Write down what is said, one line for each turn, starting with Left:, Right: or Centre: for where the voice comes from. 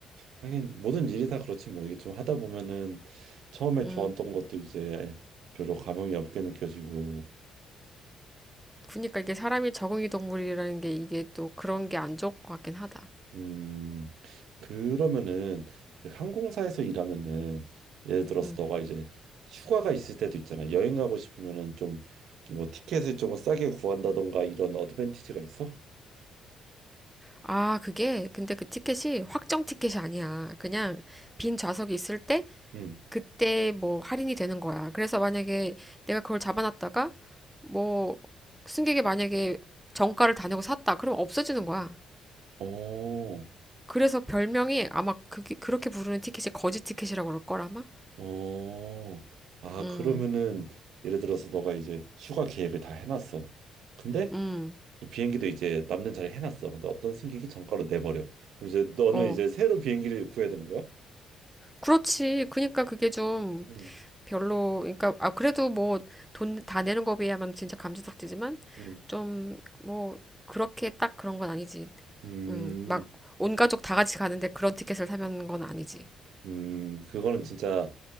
Right: 하긴 모든 일이 다 그렇지 뭐 이게 좀 하다 보면은 처음에
Centre: 음.
Right: 좋았던 것도 이제 별로 감흥이 없게 느껴지고
Centre: 그니까 이게 사람이 적응이 동물이라는 게 이게 또 그런 게 안 좋을 것 같긴 하다.
Right: 음 그러면은 그 항공사에서 일하면은 예를 들어서
Centre: 음.
Right: 너가 이제 휴가가 있을 때도 있잖아 여행 가고 싶으면은 좀 뭐 티켓을 조금 싸게 구한다던가 이런 어드밴티지가 있어?
Centre: 아, 그게 근데 그 티켓이 확정 티켓이 아니야. 그냥 빈 좌석이 있을 때
Right: 음.
Centre: 그때 뭐 할인이 되는 거야. 그래서 만약에 내가 그걸 잡아놨다가 뭐 승객이 만약에 정가를 다 내고 샀다. 그럼 없어지는 거야.
Right: 어,
Centre: 그래서 별명이 아마 그 그렇게 부르는 티켓이 거지 티켓이라고 그럴 걸 아마.
Right: 어. 아,
Centre: 음.
Right: 그러면은 예를 들어서 너가 이제 휴가 계획을 다 해놨어. 근데
Centre: 음.
Right: 비행기도 이제 남는 자리 해놨어. 근데 어떤 승객이 정가로 내버려. 그럼 이제 너는
Centre: 어.
Right: 이제 새로 비행기를 구해야 되는 거야?
Centre: 그렇지. 그니까 그게 좀
Right: 음,
Centre: 별로 그러니까 아 그래도 뭐 돈 다 내는 거 비하면 진짜 감지덕지지만
Right: 음,
Centre: 좀 뭐 그렇게 딱 그런 건 아니지.
Right: 음,
Centre: 음, 막 온 가족 다 같이 가는데 그런 티켓을 사면 건 아니지.
Right: 음. 그거는 진짜,